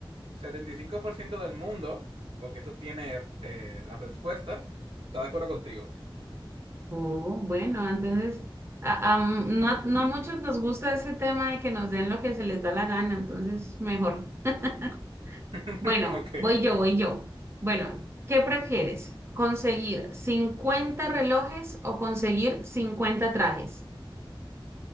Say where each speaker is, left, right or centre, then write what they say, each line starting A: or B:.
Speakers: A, on the right (about 75°); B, on the right (about 30°).
A: 75% del mundo, porque esto tiene eh, las respuestas, está de acuerdo contigo.
B: Oh, bueno, entonces a, a m- no, a no a muchos nos gusta ese tema de que nos den lo que se les da la gana, entonces mejor. <laughs>
A: <laughs>
B: Bueno,
A: Ok,
B: voy
A: ok.
B: yo, voy yo. Bueno, ¿qué prefieres? ¿Conseguir cincuenta relojes o conseguir cincuenta trajes?